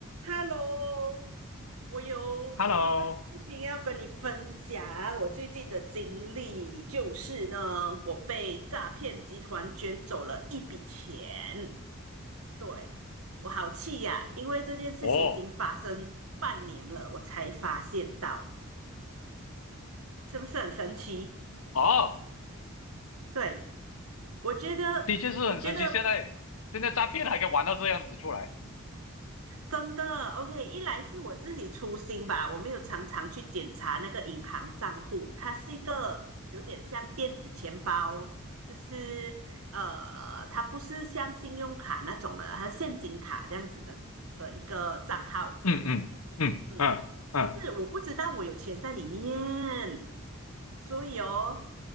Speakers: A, on the right; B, on the left.
A: Hello，我有一个事情要跟你分享，
B: Hello，
A: 我最近的经历就是呢，我被诈骗集团卷走了一笔钱，对，我好气呀，因为这件事情已经发生半年了，
B: 哦
A: 我才发现到，嗯，是不是很神奇？
B: 哦，
A: 对，我觉得，
B: 的确是很神奇。
A: 我觉得
B: 现在现在诈骗还可以玩到这样子出来，
A: 真的，OK，一来是我自己粗心吧，我没有常常去检查那个银行账户，它是一个有点像电子钱包，就是呃，它不是像信用卡那种的，它是现金卡这样子的的一个账号，
B: 嗯嗯嗯嗯嗯，
A: 嗯，就是我不知道我有钱在里面，所以哦，